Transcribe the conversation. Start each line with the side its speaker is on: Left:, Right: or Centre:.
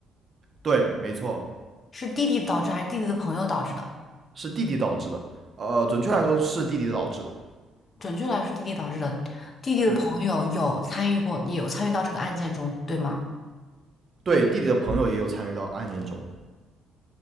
Right: 对，没错，
Left: 是弟弟导致还是弟弟的朋友导致的？
Right: 是弟弟导致的。呃，准确来说是弟弟导致的。
Left: 准确来说，弟弟导致的，弟弟的朋友有参与过，
Right: 对，
Left: 也有参与到这个案件中，对吗？
Right: 对，弟弟的朋友也有参与到案件中。